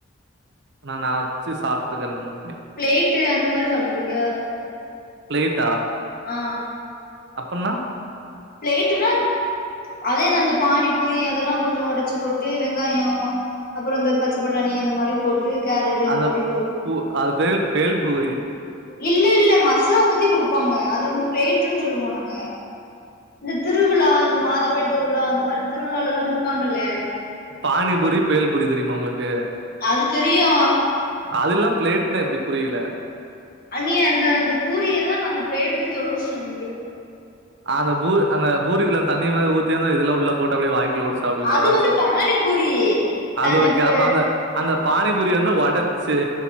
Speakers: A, on the right; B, on the left.
A: ஆனா நா வச்சு சாப்ட்டு இருக்குற ரெண்டு மூன்
B: பிளேட்டு் அந்த மாரி சாப்ட்டுருக்கியா
A: பிளேட்டா
B: ஆ
A: அப்புன்னா
B: பிளேட்டுன்னா அதேதா இந்த பானிபூரி அதெல்லா கொஞ்சோ ஒடச்சு போட்டு வெங்காயோ அப்புறோ இந்த பச்ச பட்டாணி அந்த மாரி போ ட்டு கேரட்டு இந்த
A: அந்த
B: மாறி போட்டு
A: பூ அது பேல் பேல் பூரி
B: இல்ல இல்ல மசோ ஊத்தி குடுப்பாங்க அத வந்து பிளேட்ன்னு சொல்வோ நாங்க இந்த திருவிழா இந்த மாதாகோயில் திருவிழா அந்த மாரி திருவிழாலல்லா விப்பாங்கல்ல
A: பானிபுரி பேல்புரி தெரியுமா உங்களுக்கு
B: அது தெரியு
A: அதுல்லா பிளேட்ன எப்டி புரியல
B: அ நீ அந்த அந்த பூரிய தா நாங்க பிளாட்டேன்னு சொல்றோ நனக்கிறே
A: அந்த பூரி அந்த பூருக்குல தண்ணி மாரி ஊத்தி யந்த இதெல்லா உள்ள போட்டு அப்படிய வாய்குல உட் சாப்டுவிங்களா
B: அது
A: அதான
B: வந்து
A: சொல்றீங்க
B: பானிபூரி
A: அது
B: தந்தப்ப
A: ஓகே அப்ப அந்த அந்த பானிபுரி வந்து ஒடச்சு